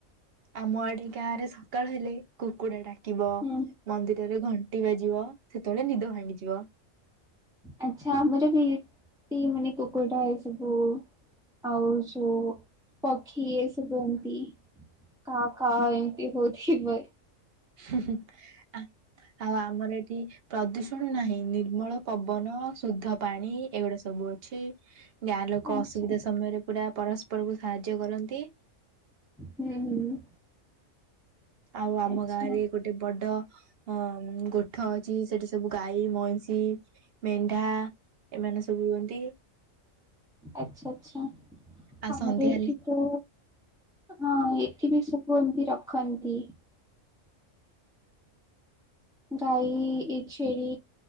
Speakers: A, on the right; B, in the centre.
A: ଆମ ଆଡେ ଗାଁ ରେ ସକାଳ ହେଲେ କୁକୁଡା ଡାକିବ।
B: ହୁଁ।
A: ମନ୍ଦିରରେ ଘଣ୍ଟି ବାଜିବ ସେତେବେଳେ ନିଦ ଭାଙ୍ଗିଯିବ।
B: ଆଚ୍ଛା ଆମର ବି ଏଟି ମାନେ କୁକୁଡ଼ାଏ ସବୁ ଆଉ ଯୋଉ ପକ୍ଷୀ ଏ ସବୁ ଏମତି। କା କ ଏମତି ହଉଥିବେ।
A: ହୁଁ ହୁଁ ଆ ଆଉ ଆମର ଏଠି ପ୍ରଦୂଷଣ ନାହିଁ ନିର୍ମଳ ପବନ ଶୁଦ୍ଧ ପାଣି ଏଗୁଡା ସବୁ ଅଛି। ଗାଁ ଲୋକ
B: ଆଚ୍ଛା
A: ଅସୁବିଧା ସମୟରେ ପୁରା ପରସ୍ପରକୁ ସାହାଯ୍ୟ କରନ୍ତି।
B: ହୁଁ ହୁଁ।
A: ଆଉ ଆମ
B: ଆଚ୍ଛା
A: ଗାଁରେ ଗୋଟେ ବଡ ଅ ଗୋଠ ଅଛି ସେଠି ସବୁ ଗାଈ ମଇଁଷି। ମେଣ୍ଢା ଏମାନେ ସବୁ ରୁହନ୍ତି।
B: ଆଛା ଆଚ୍ଛା
A: ଆଉ
B: ଆମର
A: ସନ୍ଧ୍ୟା
B: ଏଇଠି
A: ହେଲେ
B: ତୋ ହଁ ଏଠି ବି ଶବୁ ଏମତି ରଖନ୍ତି। ଗାଈ ଏ ଛେଳି